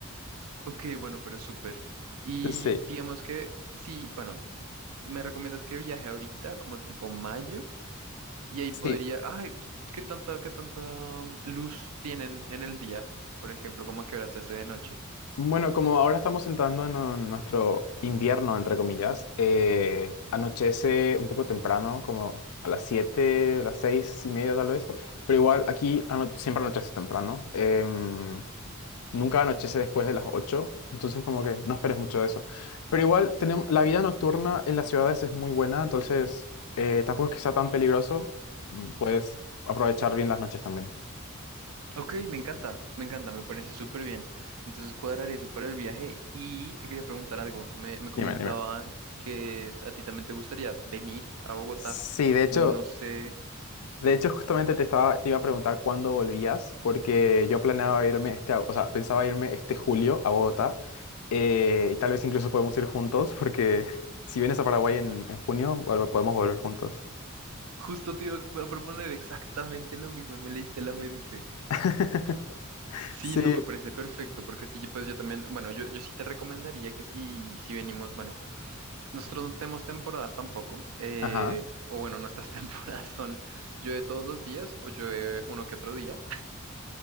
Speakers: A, on the right (about 80°); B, on the left (about 85°).
A: Ok, bueno, pero es súper. Y
B: Sí,
A: digamos que sí, bueno, me recomiendas que viaje ahorita, como tipo mayo, y ahí
B: sí.
A: podría, ay, ¿qué tanta, qué tanta luz tienen en el día? Por ejemplo, ¿cómo a qué hora se hace de noche?
B: Bueno, como ahora estamos entrando en un- nuestro invierno, entre comillas, eh, anochece un poco temprano, como a las 7, a las 6 y media tal vez, pero igual aquí ano- siempre anochece temprano. em, nunca anochece después de las 8, entonces como que no esperes mucho de eso. Pero igual tenemos, la vida nocturna en las ciudades es muy buena, entonces eh, tampoco es que sea tan peligroso, mm, puedes aprovechar bien las noches también.
A: Ok, me encanta, me encanta, me parece súper bien. Entonces cuadraré eso para el viaje y te quería preguntar algo. Me, me
B: Dime,
A: comentaban
B: dime.
A: que a ti también te gustaría venir a Bogotá.
B: Sí, de hecho,
A: No sé,
B: de hecho justamente te estaba, te iba a preguntar cuándo volvías, porque yo planeaba irme este, au- o sea, pensaba irme este julio a Bogotá, eh, y tal vez incluso podemos ir juntos, porque <laughs> si vienes a Paraguay en, en junio, vol- podemos volver juntos.
A: justo te iba a proponer exactamente lo mismo, me leíste la mente.
B: <laughs>
A: Sí, no,
B: Sí,
A: me parece perfecto, porque sí, pues yo también, bueno, yo, yo sí te recomendaría que si, si venimos, bueno, nosotros no tenemos temporadas tampoco, eh,
B: ajá,
A: o bueno, nuestras <laughs> temporadas son llueve todos los días o llueve uno que otro día.